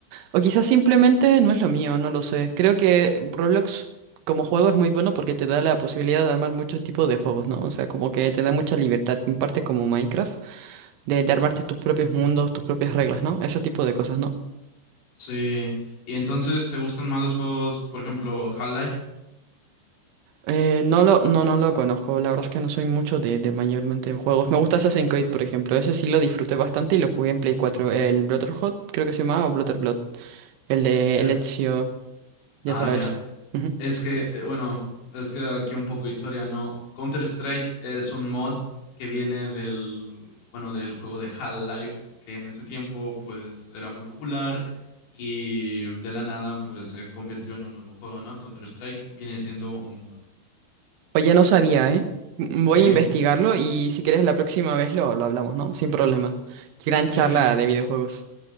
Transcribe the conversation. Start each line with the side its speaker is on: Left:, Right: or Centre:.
Right: O quizás simplemente no es lo mío, no lo sé. Creo que Roblox como juego es muy bueno porque te da la posibilidad de armar muchos tipos de juegos, ¿no? O sea, como que te da mucha libertad, en parte como Minecraft, de, de armarte tus propios mundos, tus propias reglas, ¿no? Ese tipo de cosas, ¿no?
Left: Sí. Y entonces, ¿te gustan más los juegos, por ejemplo, Half-Life?
Right: Eh, no lo, no, no lo conozco, la verdad es que no soy mucho de, de mayormente juegos. Me gusta Assassin's Creed, por ejemplo, ese sí lo disfruté bastante y lo jugué en Play 4 El Brotherhood, creo que se llamaba, o blood el de
Left: Ya.
Right: el Ezio, ya
Left: Ah,
Right: sabes.
Left: ya.
Right: Ujú.
Left: Es que, eh, bueno, es que aquí un poco de historia, ¿no? Counter-Strike es un mod que viene del, bueno, del juego de Half-Life, que en ese tiempo, pues, era muy popular y de la nada, pues, se convirtió en un nuevo juego, ¿no? Counter-Strike viene siendo un mod.
Right: Oye, no sabía, ¿eh? M-
Left: Sí,
Right: Voy a investigarlo y si quieres la próxima vez lo, lo hablamos, ¿no? Sin problema. Gran
Left: sí,
Right: charla
Left: sí.
Right: de videojuegos.